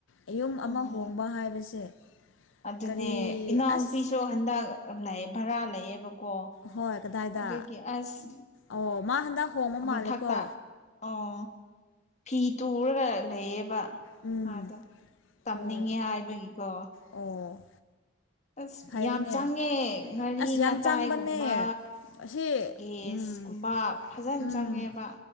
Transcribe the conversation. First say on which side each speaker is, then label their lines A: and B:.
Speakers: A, on the left (about 75°); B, on the left (about 35°).
A: ꯌꯌꯨꯝ ꯑꯃ
B: ꯎꯝ
A: ꯍꯣꯡꯕ ꯍꯥꯏꯕꯁꯦ
B: ꯑꯗꯨꯅꯦ
A: ꯀꯔꯤ
B: ꯏꯅꯥꯎꯅꯨꯄꯤꯁꯨ
A: ꯑꯁ
B: ꯍꯟꯗꯛ ꯚꯔꯥ ꯂꯩꯌꯦꯦꯕꯀꯣ
A: ꯍꯣꯏ ꯀꯗꯥꯏꯗ
B: ꯑꯗꯨꯒꯤ ꯑꯁ
A: ꯑꯣ ꯃꯥ ꯍꯟꯗꯛ ꯍꯣꯡꯕ ꯃꯥꯜꯂꯦꯀꯣ
B: ꯃꯊꯛꯇ ꯑꯣ ꯐ ꯇꯨꯔꯒ ꯂꯩꯌꯦꯕ
A: ꯎꯝ
B: ꯃꯥꯗꯣ ꯇꯝꯅꯤꯡꯉꯦ
A: ꯑꯣ
B: ꯍꯥꯏꯕꯒꯤꯀꯣ
A: ꯑꯣ
B: ꯑꯁ
A: ꯐꯩꯅꯦ
B: ꯌꯥꯝ ꯆꯪꯉꯦ ꯉꯥꯔꯤ
A: ꯑꯁ ꯌꯥꯝ
B: ꯉꯇꯥꯏꯒꯨꯝꯕ
A: ꯆꯪꯕꯅꯦ ꯑꯁꯤ
B: ꯒꯦꯁꯀꯨꯝꯕ
A: ꯎꯝ
B: ꯐꯖꯅ
A: ꯎꯝ
B: ꯆꯪꯉꯦꯕ